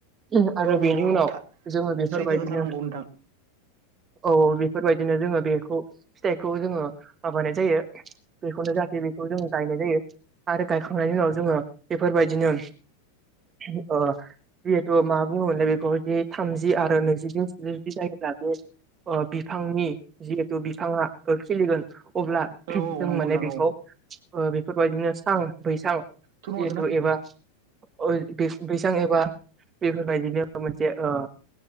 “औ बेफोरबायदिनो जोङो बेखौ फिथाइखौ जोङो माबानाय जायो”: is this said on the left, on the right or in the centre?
Right